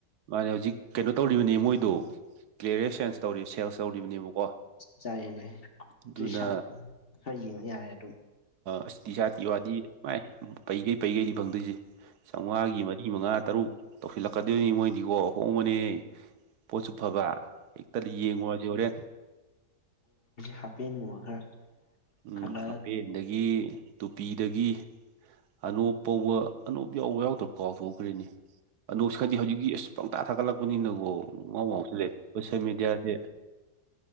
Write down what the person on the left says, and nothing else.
ꯆꯥꯔꯦꯅꯦ
ꯇ꯭ꯔꯤ ꯁꯥꯔꯠ ꯈꯔ ꯌꯦꯡꯉ ꯌꯥꯔꯦ ꯑꯗꯨꯝ
ꯍꯥꯄꯤꯉ ꯈꯔ
ꯈꯜꯂ